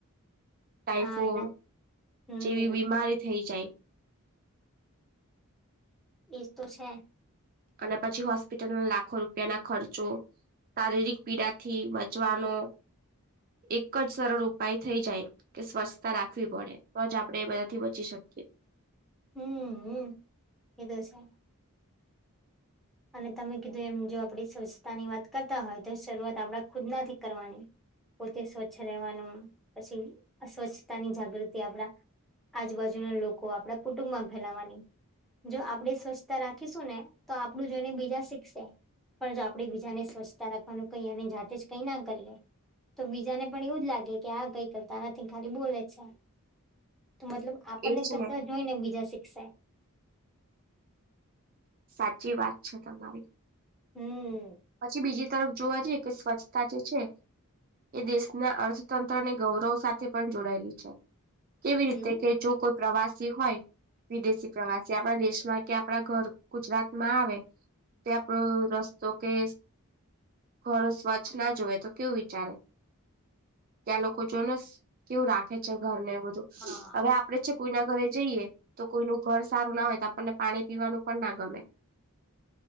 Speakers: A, on the right; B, in the centre.
A: ટાઈફોડ
B: હા એના હમ
A: જેવી બીમારી થઈ જાય.
B: એ તો છે.
A: અને પછી હોસ્પિટલ લા લાખો રૂપિયાના ખર્ચો શારીરિક પીડાથી બચવાનો એક જ સરળ ઉપાય થઈ જાય કે સ્વચ્છતા રાખવી પડે તો, જ આપણેે એ બધાથી બચી શકીએ.
B: હમ હમ એ તો છે. અને તમે કીધું એમ જો આપણી સ્વ્છતાની વાત કરતા હોય, તો શરૂઆત આપણા ખુદનાથી કરવાની. પોતે સ્વચ્છ રહેવાનું પછી અસ્વચ્છતાની જાગૃતિ આપણા આજુબાજુના લોકો આપડા કુટુંબમાં ફેલાવાની, જો આપણેે સ્વચ્છતા રાખીશું ને તો, આપણું જોઈને બીજા શીખશે. પણ જો આપડી બીજાને સ્વચ્છતા રાખવાનું કઈ અને જાતે જ કઈ ના કરીએ તો બીજાને પણ એવું જ લાગે કે આ કઈ કરતા નથી ખાલી બોલે છે. તો મતલબ આપણને
A: એજ
B: કરતા
A: ને
B: જોઈને બીજા શિખશે.
A: સાચી વાત છે તમારી.
B: હમ
A: પછી બીજી તરફ જોવા જઈએ કે સ્વચ્છતા જે છે. એ દેશના અર્થતંત્રની ગૌરવ સાથે પણ જોડાયેલી છે. કેવી રીતે
B: એવું
A: કે જો કોઈ પ્રવાસી હોય, વિદેશી પ્રવાસી આપણા દેશમાં કે, આપણા ઘર ગુજરાત માં આવે, તે આપડો રસ્તો કે ઘડું સ્વચ્છ ના જોવે તો કેવું વિચારે ત્યાં લોકો જોને કેવું રાખે છે, ઘરને એ બધું
B: હા
A: હવે આપણે છે કોઈના ઘરે જઈએ તો કોઈનું ઘર સારું ના હોય તો, આપણને પાણી પીવાનું પણ ના ગમે. <unintelligible> <inaudible>